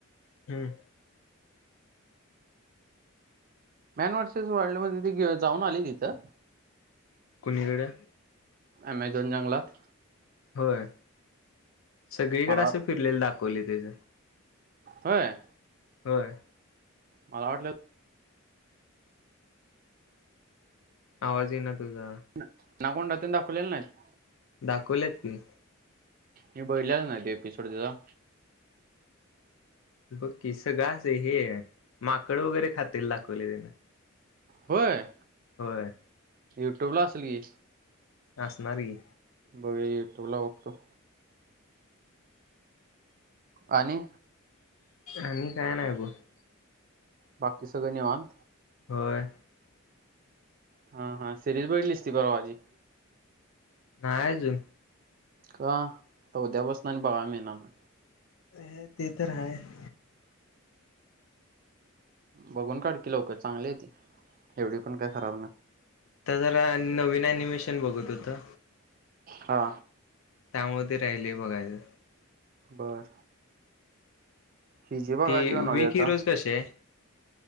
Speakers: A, on the left; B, on the right.
A: हम्म.
B: मॅन व्हर्सेस वाॅईल्ड मध्ये ती जाऊन आलय तिथं?
A: कुणीकड?
B: ॲमेझॉन जंगलात.
A: होय, सगळीकड
B: मला
A: असं फिरलेलं दाखवलय तेज.
B: होय?
A: होय.
B: मला वाटलं
A: आवाज इना तुझा.
B: ना ॲनाकोंडा तेन दाखवलेले नाहीत?
A: दाखवल्यात की.
B: मी बघितलेला नाही, ते एपिसोड तेचा.
A: बघ की, सगळं अस हे माकड वगैरे खातेल दाखवलय तेन.
B: होय?
A: होय.
B: यूट्यूबला असल की?
A: असणार की.
B: बघूया यूट्यूबला बघतो. आणि?
A: आणि काय नाही बघ. <inaudible>
B: बाकी सगळं निवन.
A: होय.
B: हा हा सिरीज बघतलीस तती ब आजी.
A: नाही अजून
B: का उद्या बसणार आणि बघा मि येळणार नाही.
A: हे ते तरर आहे.
B: बघून काडकी लवकर चांगले त एवढी पण काही खराब नाही.
A: आता जरा नवीन अनिमेशन बघत होतं.
B: हा.
A: त्यामध्ये राहिले बघायचं.
B: बरं. हिजीबा
A: ती
B: काजीब नवडी
A: वीक
B: आता
A: हिरोज कसे आहे